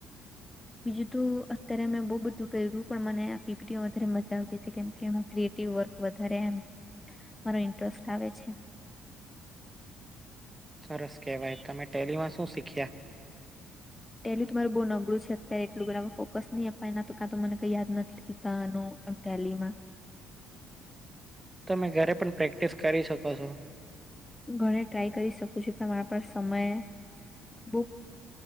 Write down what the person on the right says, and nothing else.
સરસ કેવાય તમે ટેલીમાં શું શીખ્યા
તમે ઘરે પણ પ્રેક્ટિસ કરી શકો છો